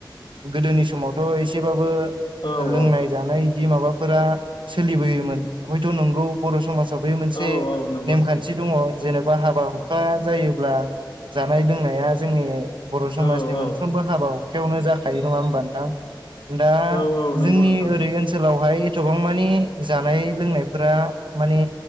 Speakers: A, on the right (about 80°); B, on the left (about 70°).
A: गोदोनि समावथ' एसेबाबो
B: औ
A: लोंनाय जानाय बिदि माबाफोरा सोलिबोयोमोन हयथ' नंगौ बर' समाजाव बे मोनसे
B: औ औ नंगौ
A: नेमखान्थि
B: नोंथां
A: दङ जेन'बा हाबा हुखा जायोब्ला जानाय लोंनाया जोंनि बर' समाजनि
B: औ औ
A: मोन साफ्रोमबो हाबा हखायावनो जाखायो नङा होमबा नोंथां दा
B: औ औ
A: जोंनि
B: नंगौ नोंथां
A: ओरै
B: नंगौ
A: ओनसोल ओनसोलावहाय एथबां मानि जानाय लोंनायफोरा माने